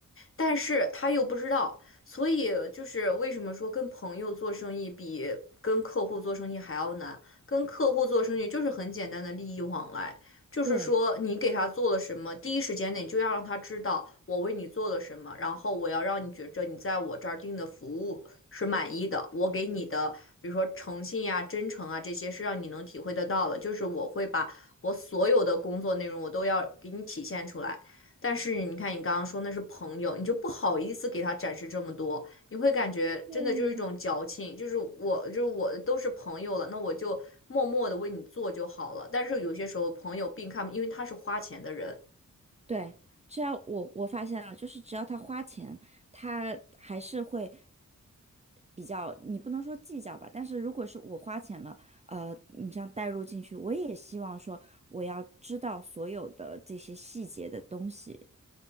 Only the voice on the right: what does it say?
对。
对
对，只要我我发现了，就是只要他花钱，他还是会比较，你不能说计较吧，但是如果是我花钱了，呃，你这样带入进去，我也希望说我要知道所有的这些细节的东西。